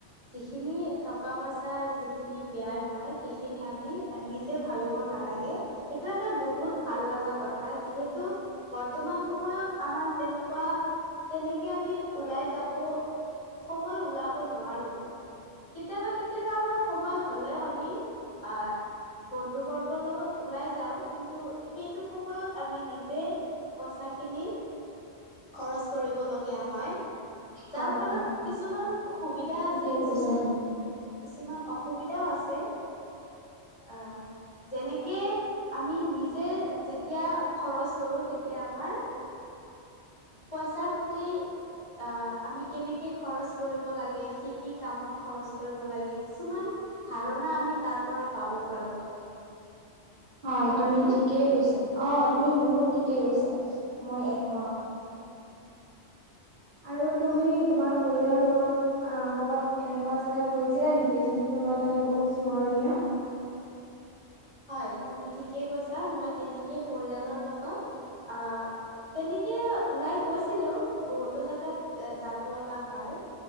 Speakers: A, on the left; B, on the right.
A: যিখিনি টকা পইচাৰ যিখিনি ব্যয় হয় সেইখিনি আমি নিজে ভাবিব না লাগে এটো এটা বহুত ভাল লগ কথা যিহেতু বৰ্তমান সময়ত আমাৰ তেনেকুৱা তেনেকে আমি ওলাই যাব সময় ওলাব নোৱাৰো। কেতিয়াবা কেতিয়াবা আমাৰ সময় হলেও আমি আহ বন্ধু বৰ্গৰ লগত ওলাই যাওঁ কিন্তু সেইটো সময়ত আমি নিজে পইচা খিনি খৰচ কৰিবলগীয়া হয়। যাৰ
B: হয়
A: ফলত
B: হয়
A: কিছুমান সুবিধা আছে
B: ঠিকে
A: কিছুমান
B: কৈছা তুমি।
A: কিছুমান অসুবিধাও আছে।
B: <unintelligible>
A: আহ যেনেকে আমি নিজে যেতিয়া খৰচ কৰো তেতিয়া আমাৰ পইচাৰ প্ৰতি অ আমি কেনেকে খৰচ কৰিব লাগে, কি কি কামত খৰচ কৰিব লাগে কিছুমান ধাৰণা আমি তাৰ পৰা পাব পাৰো।
B: হয়,
A: হয়নে
B: তুমি ঠিকেই কৈছা। অ তুমি বহুত ঠিকে কৈছা মই একমত। আৰু তুমি তোমাৰ পৰিয়ালৰ লগত কৰবাত এনেকুৱা জেগাত গৈছিলা নেকি যোনটো তোমাৰ কাৰণে বহুত স্মৰণীয়? <unintelligible>
A: হয় তুমি ঠিকেই কৈছা মই তেনেকে পৰিয়ালৰ লগত আ তেনে কে ওলাই গৈছিলো বহুতো জেগাত এ যাব লগা হয়।